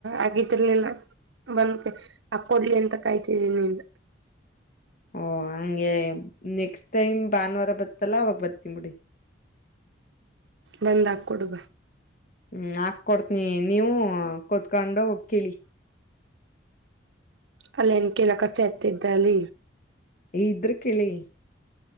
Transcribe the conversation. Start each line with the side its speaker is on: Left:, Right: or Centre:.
Right: ಆಗತಿರ್ಲಿಲ್ಲ. ಬಂದು ಆ ಕೊಡ್ಲಿ ಎಂತ ಕಾಯ್ತಿದೆ ನಿನ್ದು.
Left: ಓ ಹಂಗೆ ನೆಕ್ಸ್ಟ್ ಟೈಮ್ ಭಾನುವಾರ ಬತದಲ್ಲ ಅವಾಗ ಬರ್ತನ್ ಬಿಡಿ.
Right: ಬಂದ್ ಹಾಕಕೊಡು ಬಾ.
Left: ಹ್ಮ್ ಹಾಕ್ ಕೊಡ್ತನಿ ನೀವು ಕುತ್ಕೊಂಡು ಕಿಳಿ.
Right: ಅಲ್ಲ ಎನ್ ಕೀಲಕ ಸೆತ್ತಿದ್ದಅಲ್ಲಿ.
Left: ಈ ಇದ್ರ ಕೆಳಿ.